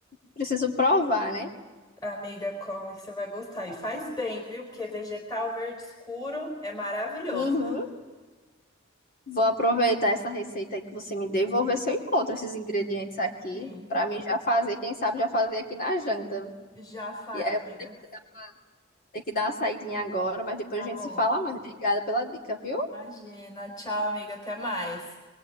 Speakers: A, on the left (about 45°); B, on the left (about 20°).
A: Preciso provar, né?
B: Amiga, come que você vai gostar. E faz bem, viu? Porque vegetal verde escuro é maravilhoso.
A: Uhum. Vou aproveitar essa receita aí que você me deu e vou ver se eu encontro esses ingredientes aqui
B: Sim.
A: para mim já fazer, quem sabe já fazer aqui na janta.
B: Já faz,
A: E aí
B: amiga.
A: eu vou ter que dar ter que dar uma saidinha agora, mas depois
B: Tá
A: a gente
B: bom.
A: se fala mais. Obrigada pela dica, viu?
B: Imagina. Tchau, amiga. Até mais.